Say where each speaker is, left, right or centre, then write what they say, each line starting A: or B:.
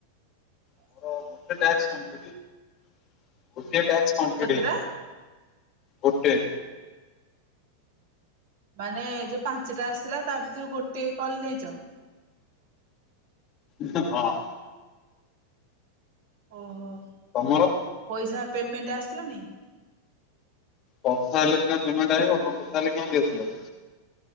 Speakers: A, on the left; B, on the right.
A: ମୋର
B: ସେ କାଳିଆ
A: ଗୋଟେ ଟାସ୍କ କମପ୍ଲିଟ୍ ହେଇଛି। ଗୋଟିଏ ଟାସ୍କ କମପ୍ଲିଟ୍
B: କେତେଟା
A: ହେଇଛି। ଗୋଟେ।
B: ମାନେ ଯୋଉ ପାଞ୍ଚଟା ଆସିଥିଲା ତା ଭିତରୁ ଗୋଟିଏ କଲ ନେଇଛ।
A: ଉଁ ହୁଁ ହଁ।
B: ଓହୋ।
A: ତମର?
B: ପଇସା ପେମେଣ୍ଟ ଆସିଲା ନେହିଁ।
A: କଥା ହେଲେ ସିନା ପେମେଣ୍ଟ <unintelligible> ନକଥା ହେଲେ କେମିତି ଆସିବ?